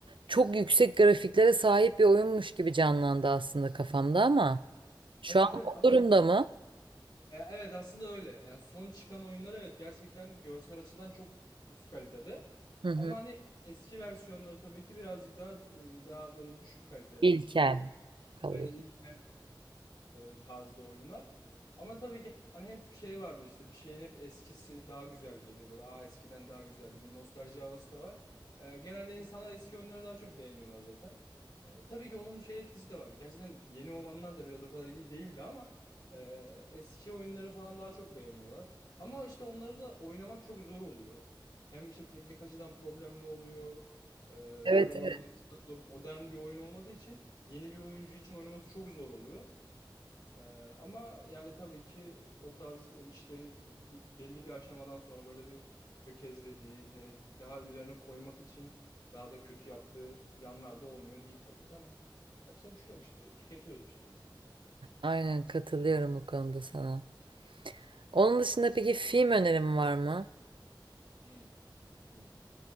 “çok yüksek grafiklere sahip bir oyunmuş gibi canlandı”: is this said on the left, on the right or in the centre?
Right